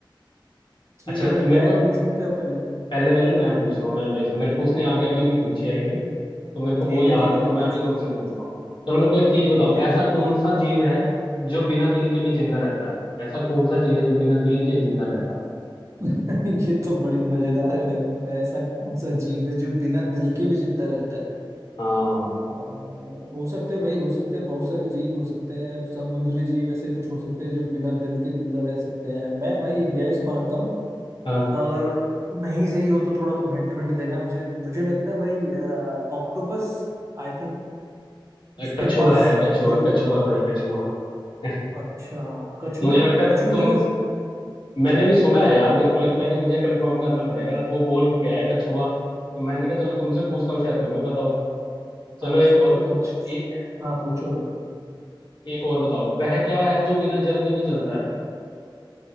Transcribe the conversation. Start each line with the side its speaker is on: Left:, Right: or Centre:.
Right: ठीक
Left: अच्छा
Right: है भाई मैं
Left: मेरे को
Right: पूछ लूँ तो आप पहले
Left: पहले पहले मैं पूछता हूँ मैं भेजता हूँ मेरे को उसने आगे अभी भी पूछी है तो मेरे को
Right: ठीक
Left: वो याद
Right: है ठीक है
Left: है
Right: भाई
Left: तो मैं
Right: पूछो
Left: अभी तुमसे पूछता हूँ चलो मेरे को एक चीज बताओ
Right: ठीक है भाई
Left: ऐसा कौन सा जीव है जो बिना दिल के भी जिंदा रहता है ऐसा कौन सा चीज है जो बिना दिल के जिंदा रहता है
Right: <laughs> ये तो बड़ी मजेदार है भाई मतलब ऐसा कौन सा जीव है जो बिना दिल के भी जिंदा रहता है
Left: हाँ
Right: आ, हो सकते हैं भाई हो सकते हैं बहुत सारे जीव हो सकते हैं समुद्री जीव ऐसे कुछ हो सकते हैं जो बिना दिल के जिंदा रह सकते हैं मैं भाई एक गैस मारता हूँ
Left: हाँ,
Right: अगर नहीं सही हो तो थोड़ा तुम हिंट विंट देना मुझे मुझे लगता है भाई ऑक्टोपस आई थिंक उसके
Left: कछुआ
Right: पास
Left: है कछुआ
Right: दिल
Left: कछुआ भाई कछुआ <laughs>
Right: अच्छा कछुए
Left: मुझे लगता है
Right: कछुए
Left: तुम
Right: के पास
Left: मैंने भी सुना है यार मेरे को लगता है कि मुझे कंफर्म करना पड़ेगा अब वो बोल के गया है कछुआ तो मैंने कहा चलो तुमसे पूछता हूँ शायद तुम्हें बताओ चलो
Right: अच्छा
Left: एक और
Right: भाई कछ
Left: ए,
Right: हाँ पूछो भाई
Left: एक और बताओ वह क्या है जो बिना जल के भी जलता है